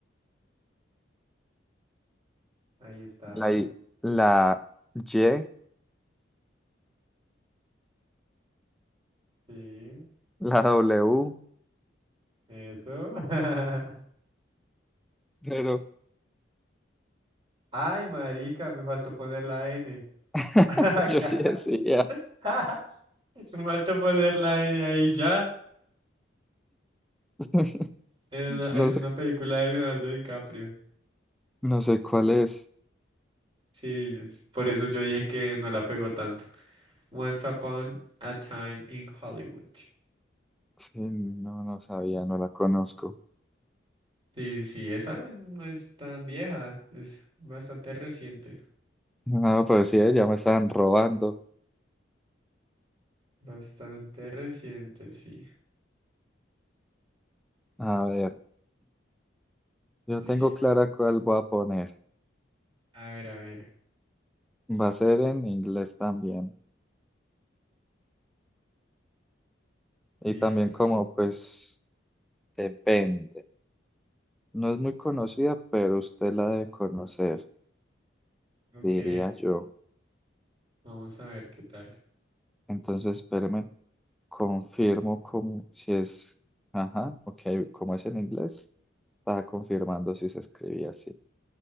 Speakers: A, on the right; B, in the centre.
A: Ahí está.
B: la I, la Y,
A: Sí,
B: la W,
A: eso. <laughs>
B: pero
A: Ay, marica, me faltó poner la N.
B: <laughs>
A: <laughs> Acá.
B: yo sí decía.
A: <laughs> Me faltó poner la N ahí ya.
B: <laughs>
A: Es una, es
B: No sé,
A: una película de Leonardo DiCaprio.
B: no sé cuál es.
A: Sí, por eso yo dije que no la pegó tanto. Once Upon a Time in Hollywood.
B: Sí, no, no sabía, no la conozco.
A: Sí, sí, sí, esa no es tan vieja, es bastante reciente.
B: No, pues sí, ya me estaban robando.
A: Bastante reciente, sí.
B: A ver. Yo
A: Listo.
B: tengo clara cuál voy a poner.
A: A ver, a ver.
B: Va a ser en inglés también. Y
A: Listo.
B: también como pues depende. No es muy conocida, pero usted la debe conocer,
A: Ok.
B: diría yo.
A: Vamos a ver qué tal.
B: Entonces, espéreme, confirmo como si es... Ajá, ok, como es en inglés, estaba confirmando si se escribía así.